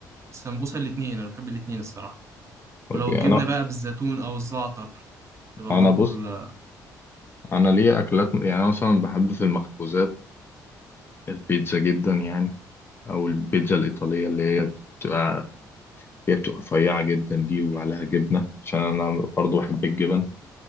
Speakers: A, on the right; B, on the left.
A: السمبوسة الاتنين أنا بحب الاتنين الصراحة ولو
B: اوكي
A: الجبنة
B: انا
A: بقى بالزيتون أو الزعتر تبقى
B: انا
A: برضو
B: بص
A: ال
B: انا ليا اكلات م- يعني أنا مثلا بحب في المخبوزات البيتزا جدا يعني او البيتزا الايطاليه اللي هي بتبقى هي بتبقى رفيعه جدا دي وعليها جبنه عشان انا برضو بحب الجبن